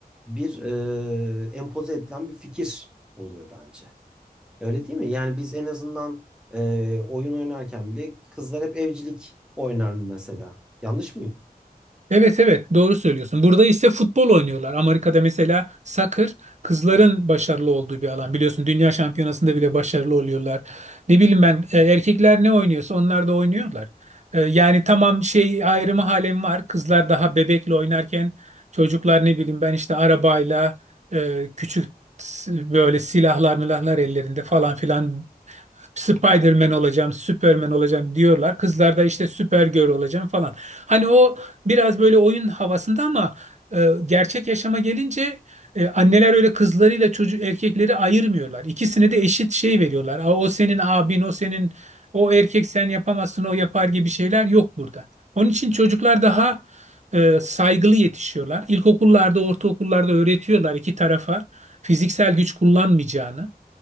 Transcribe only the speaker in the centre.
bir e, empoze edilen bir fikir oluyor bence. Öyle değil mi? Yani biz en azından e, oyun oynarken bile kızlar hep evcilik oynar mesela. Yanlış mıyım?